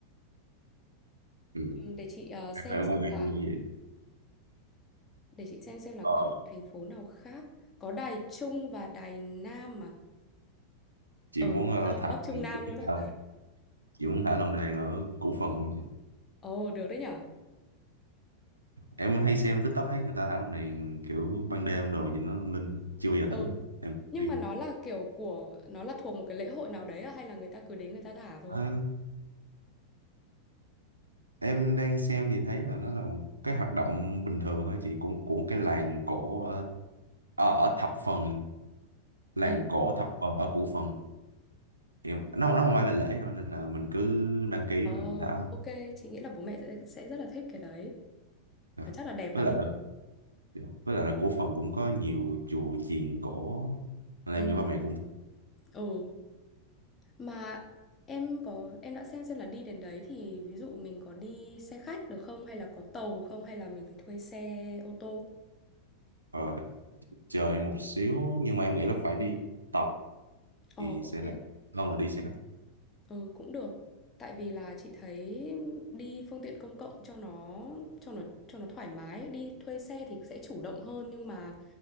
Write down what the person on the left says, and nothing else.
Ừm, để chị ờ, xem
xem
là
để chị xem xem là
còn thành phố nào khác có Đài Trung và Đài Nam mà
Ừ,
là
Bắc Trung
Nam luôn á.
Ồ, được đấy nhở.
Ừ.
Nhưng
mà nó là kiểu của nó là thuộc một cái lễ hội nào đấy à hay là người ta cứ đến người ta thả thôi?
Ừ.
Ồ,
ok, chị nghĩ là bố mẹ sẽ sẽ rất là thích cái đấy.
Và chắc là đẹp
lắm
nhỉ.
Ừ.
Ừ. Mà em có em đã xem xem là đi đến đấy thì ví dụ mình có đi xe khách được không hay là có tàu không hay là mình phải thuê xe ô tô?
Ừ.
Ồ,
ok.
Ừ cũng được. Tại vì là chị thấy đi phương tiện công cộng cho nó cho nó cho nó thoải mái, đi thuê xe thì sẽ chủ động hơn nhưng mà